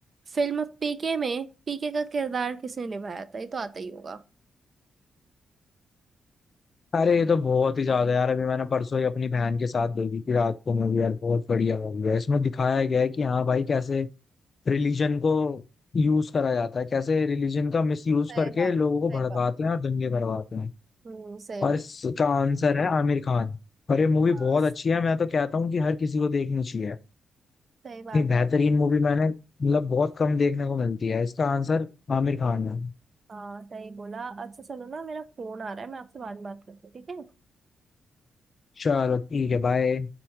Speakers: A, on the right (about 40°); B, on the left (about 40°).
A: फिल्म पीके में पीके का किरदार किसने निभाया था ये तो आता ही होगा
B: अरे ये तो बहुत ही ज्यादा यार अभी मैंने परसों ही अपनी बहन के साथ देखी थी रात को मूवी यार बहुत बढ़िया मूवी है इसमें दिखाया गया है कि हाँ भाई कैसे रिलीजन को यूज करा जाता है कैसे रिलीजन का मिस यूज
A: सही
B: करके
A: बात
B: लोगों
A: सही
B: को भड़काते
A: बात
B: हैं और दंगे करवाते हैं
A: हम्म सही बात
B: और इसका आंसर है आमिर खान और ये मूवी
A: हाँ
B: बहुत अच्छी है मैं तो कहता हूँ कि हर किसी को देखनी चाहिए
A: सही बात
B: इतनी बेहतरीन
A: है
B: मूवी मैंने मतलब बहुत कम देखने को मिलती है इसका आंसर आमिर खान है
A: हाँ सही बोला अच्छा चलो ना मेरा फोन आ रहा है मैं आपसे बाद में बात करती हूँ ठीक है
B: चलो ठीक है बाय